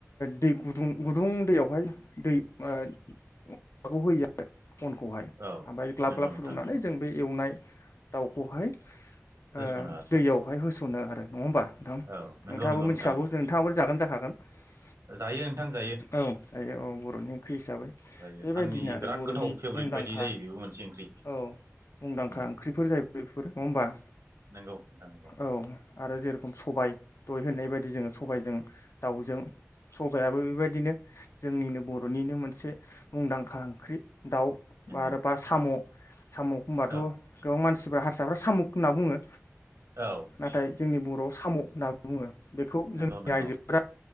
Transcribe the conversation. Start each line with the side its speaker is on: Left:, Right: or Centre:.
Left: दै गुदुं गुदुं दैयावहाय दै माबाखौ होयो आरो <unintelligible> अनखौहाय
Right: औ
Left: ओमफफ्राय ग्लाब
Right: नंगौ
Left: ग्लाब
Right: नोंथां
Left: फुदुंनानै
Right: नंगौ
Left: जों बे एवनाय दाउखौहाय ओ
Right: होस'नो आरोना
Left: दैयावहाय होस'नो आरो नङा होमबा नोंथां
Right: औ नंगौ
Left: नोंथाङाबो
Right: नंगौ
Left: मिथिखागौ
Right: नोंथां नंगौ
Left: नोंथाङाबो जागोन जाखा <unintelligible>
Right: जायो नोंथां जायो
Left: औ थायो औ बर'नि ओंख्रि हिसाबै
Right: जायो
Left: बेबायदिनो
Right: आंनि
Left: आरो
Right: बिराद
Left: बर'नि
Right: गोथाव फेभरेट
Left: मुंदांखा
Right: बायदि जायो बेबो मोनसे ओंख्रि
Left: औ मुंदांखा
Right: उम
Left: ओंख्रिफोर जाहैबाय बेफोर नङा होमबा?
Right: नंगौ नोंथां नंगौ।
Left: औ आरो जेरेखम सबाय दहय होननाय बायदि जोङो सबायाइजों दाउजों सबायाबो बेबायदिनो जोंनिनो बर'निनो मोनसे मुंदांखा ओंख्रि दाउ
Right: नंगौ
Left: आरोबा साम' साम' होनबाथ'
Right: औ
Left: गोबां मानसिफ्रा हारसाफ्रा सामु'ख होनना बुङो
Right: औ
Left: नाथाय जोंनि बर' साम' होनना बुङो बेखौ
Right: नंगौ
Left: जोंनि
Right: नंगौ
Left: आइजोफ्रा